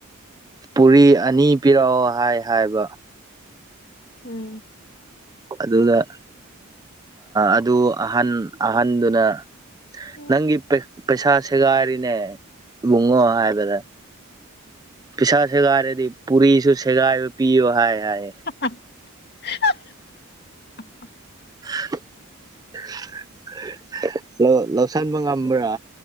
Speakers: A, on the right; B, on the left.
A: ꯄꯨꯔꯤ ꯑꯥꯅꯤ ꯄꯤꯔꯛꯑꯣ ꯍꯥꯏ ꯍꯥꯏꯕ
B: ꯎꯝ
A: ꯑꯗꯨꯒ ꯑꯗꯨ ꯑꯥꯍꯟ ꯑꯥꯍꯟꯗꯨꯅ
B: ꯎꯝ
A: ꯅꯪꯒꯤ ꯄꯩꯁꯥ ꯁꯦꯒꯥꯏꯔꯤꯅꯦ ꯏꯕꯨꯡꯉꯣ ꯍꯥꯏꯕꯗ ꯄꯩꯁꯥ ꯁꯦꯒꯥꯏꯔꯗꯤ ꯄꯨꯔꯤꯁꯨ ꯁꯦꯒꯥꯏꯕ ꯄꯤꯌꯣ ꯍꯥꯏ ꯍꯥꯏ
B: <unintelligible>
A: <unintelligible> ꯂꯧꯁꯟꯕ ꯉꯝꯕ꯭ꯔꯥ